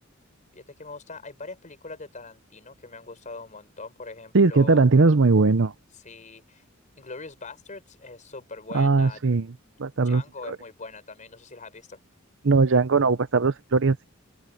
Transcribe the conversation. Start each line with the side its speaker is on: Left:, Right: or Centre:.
Left: fíjate que me gusta, hay varias películas de Tarantino que me han gustado un montón, por ejemplo.
Right: Sí, es que Tarantino es muy bueno.
Left: Sí, Inglourious Basterds es súper buena.
Right: Ah, sí. Bastardo
Left: Django
Right: sin gloria.
Left: es muy buena también, no sé si las has visto.
Right: No, Django no. Bastardo sin gloria sí.